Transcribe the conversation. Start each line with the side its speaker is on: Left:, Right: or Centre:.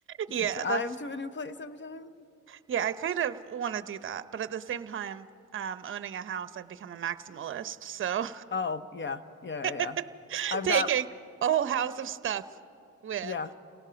Left: Just
Right: Yeah,
Left: drive
Right: that's,
Left: to a new place every time.
Right: yeah, I kind of want to do that. But at the same time, um, owning a house, I've become a maximalist. So
Left: Oh, yeah. Yeah,
Right: <laughs>
Left: yeah. yeah. I've
Right: taking
Left: got
Right: a whole house of stuff with.
Left: yeah.